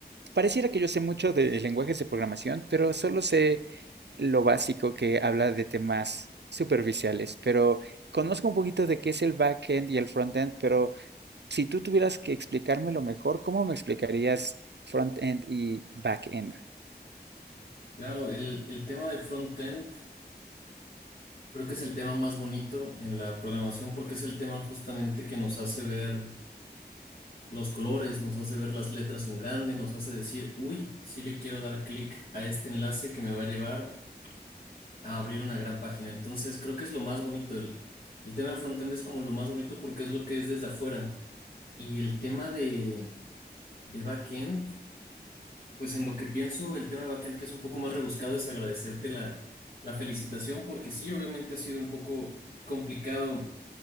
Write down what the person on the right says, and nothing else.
pareciera que yo sé mucho de lenguajes de programación, pero solo sé lo básico que habla de temas superficiales. Pero conozco un poquito de qué es el backend y el frontend, pero si tú tuvieras que explicármelo mejor, ¿cómo me explicarías frontend y backend?